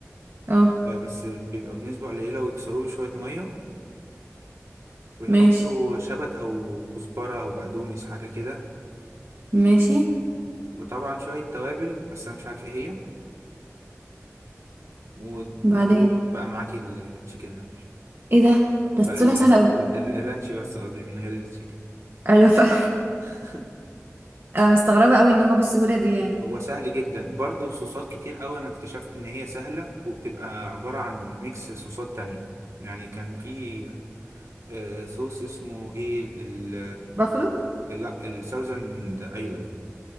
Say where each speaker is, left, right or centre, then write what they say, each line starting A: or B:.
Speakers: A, on the right; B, on the right.
A: اه
B: آه، بس بيبقى بنسبة قليلة ويكسروه بشوية مية ويحطوا
A: ماشي
B: شبت او كزبرة او بقدونس حاجة كده
A: ماشي
B: وطبعا شوية توابل بس انا مش عارف ايه هي ومبروك
A: بعدين
B: بقى معاكي التشيكن رانش
A: ايه ده ده
B: بقى
A: طلع
B: ال- ال-
A: سهل قوي
B: ال- الرانش بس قصدي من غير التشيكن
A: ايوه ف... <laughs>
B: <laughs>
A: انا مستغربة قوي ان هو بالسهولة دي يعني
B: هو سهل جدا برضه صوصات كتير قوي انا اكتشفت ان هي سهله وبتبقى عباره عن ميكس صوصات تانية يعني كان في آه، صوص اسمه ايه ال
A: بافلو
B: ال- لا الساوزند ايلاند